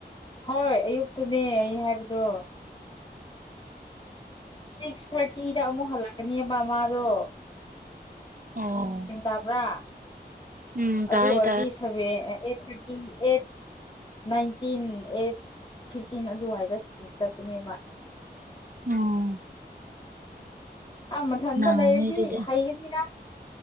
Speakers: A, on the left; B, on the right.
A: ꯍꯣꯏ ꯑꯌꯨꯛꯇꯅꯦ ꯑꯩ ꯍꯥꯏꯕꯗꯣ ꯁꯤꯛꯁ ꯊꯥꯔꯇꯤꯗ ꯑꯃꯨꯛ ꯍꯜꯂꯛꯀꯅꯤꯕ ꯃꯗꯣ
B: ꯑꯣ
A: ꯇꯕ꯭ꯔꯥ
B: ꯎꯝ ꯇꯥꯏ
A: ꯑꯗꯨ ꯑꯣꯏꯔꯗꯤ
B: ꯇꯥꯏ
A: seven eight thirty eight nineteen eight fifteen ꯑꯗꯨꯋꯥꯏꯗ ꯁ꯭ꯀꯨꯜ ꯆꯠꯄꯅꯦꯕ
B: ꯎꯝ
A: ꯑꯥ ꯃꯊꯟꯇ
B: ꯅꯪꯅꯤ
A: ꯂꯩꯔꯗꯤ
B: ꯑꯗꯨꯗꯤ
A: ꯍꯩꯒꯅꯤꯅ